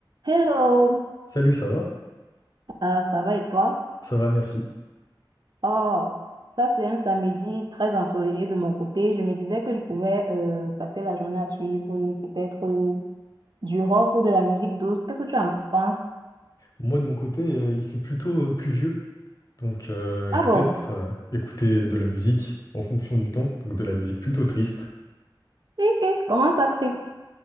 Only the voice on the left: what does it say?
Salut, ça va?
Ça va, merci.
Moi, de mon côté, euh, il fait plutôt euh, pluvieux, donc euh, je
vais
peut-être euh, écouter de la musique en fonction du temps, donc de la musique plutôt triste.